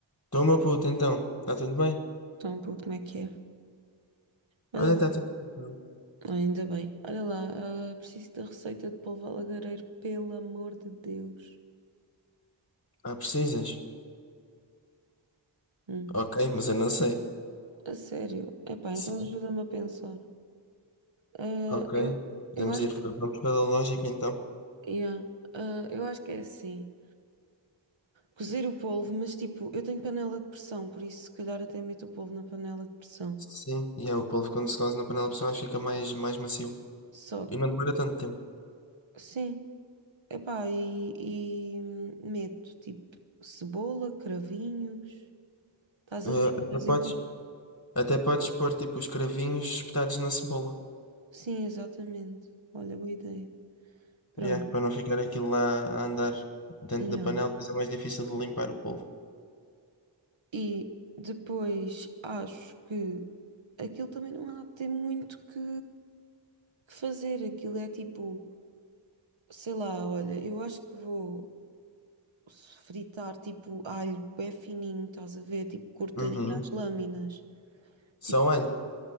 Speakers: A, on the left; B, on the right.
A: Estou, meu puto, então. Está tudo bem?
B: Então, pô, como é que é? Olha
A: Olha, está
B: lá.
A: tudo bem.
B: Ah, Ainda bem. Olha lá, ah, preciso da receita de polvo alagareiro, pelo amor de Deus.
A: Ah, precisas?
B: Hum,
A: Ok, mas eu não sei.
B: a sério. Epá,
A: Sim.
B: então ajuda-me a pensar. Ah,
A: Ok.
B: eu,
A: Podemos
B: eu acho
A: ir,
B: que,
A: vamos pela lógica então.
B: yeah, ah, eu acho que é assim. Cozer o polvo, mas tipo, eu tenho panela de pressão, por isso se calhar até meto o polvo na panela de pressão.
A: Sim, e é, o polvo quando se cose na panela de pressão fica mais, mais macio.
B: Só
A: E
B: que,
A: não demora tanto tempo.
B: sim, epá, e, e hum, meto tipo cebola, cravinhos. Estás
A: Eh,
B: a ver?
A: até
B: Fazer
A: podes,
B: tipo.
A: até podes pôr tipo os cravinhos espetados na cebola.
B: Sim, exatamente. Olha, boa ideia. Pronto.
A: É, para não ficar aquilo lá a andar dentro
B: Yeah.
A: da panela, depois é mais difícil de limpar o polvo.
B: E depois acho que aquilo também não há de ter muito que, que fazer. Aquilo é tipo, sei lá, olha, eu acho que vou fritar tipo alho bem fininho, estás a ver? Tipo cortadinho
A: Uhum.
B: às lâminas.
A: Só
B: Tipo,
A: alho?